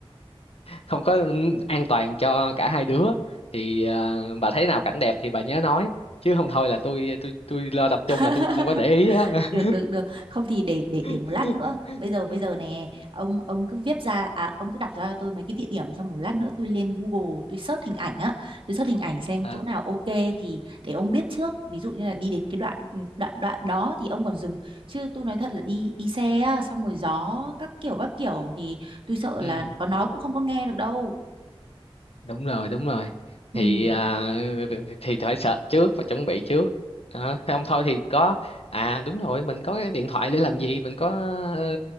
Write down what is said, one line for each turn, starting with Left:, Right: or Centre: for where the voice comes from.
Left: không có an toàn cho cả hai đứa thì ờ, bà thấy nào cảnh đẹp thì bà nhớ nói chứ không
Right: Được.
Left: thôi là tôi tôi tôi lo tập trung
Right: <laughs>
Left: là tôi không có để ý á
Right: được được được không thì để để để một
Left: <laughs>
Right: lát nữa bây giờ bây giờ nè ông ông cứ viết ra à, ông cứ đọc ra cho tôi mấy cái địa điểm xong một lát nữa tôi lên Google tôi search hình ảnh á tôi search hình ảnh xem
Left: à,
Right: chỗ nào ok thì để ông biết trước ví dụ như là đi đến cái đoạn đoạn đoạn đó thì ông còn dừng chứ tôi nói thật là đi đi xe á, xong rồi gió các kiểu các kiểu thì tôi sợ
Left: ừ.
Right: là có nói cũng không có nghe được đâu
Left: đúng rồi đúng rồi
Right: ừ
Left: thì à, thì phải search trước và chuẩn bị trước đó. không thôi thì có à đúng rồi mình có cái điện thoại để làm gì mình có ờ,